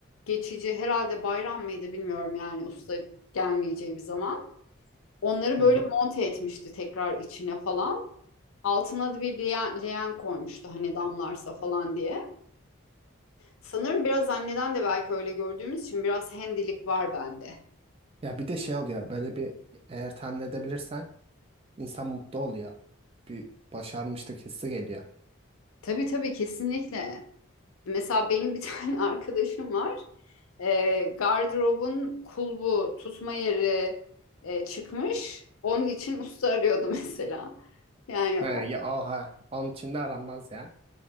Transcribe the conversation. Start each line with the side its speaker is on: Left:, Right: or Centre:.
Left: geçici herhalde bayram mıydı bilmiyorum yani usta gelmeyeceği bir zaman. Onları
Right: Hı
Left: böyle
Right: hı.
Left: monte etmişti tekrar içine falan. Altına da bir leğen, leğen koymuştu hani damlarsa falan diye. Sanırım biraz anneden de belki öyle gördüğümüz için biraz hendilik var bende.
Right: Ya bir de şey oluyor. Böyle bir eğer tamir edebilirsen İnsan mutlu oluyor. Bir başarmışlık hissi geliyor.
Left: Tabii tabii kesinlikle. Mesela benim bir tane <laughs> arkadaşım var. E, gardırobun kulbu, tutma yeri e, çıkmış. Onun için usta arıyordu <laughs> mesela. Yani
Right: He,
Left: o.
Right: ya oha. Onun içinde de aranmaz ya.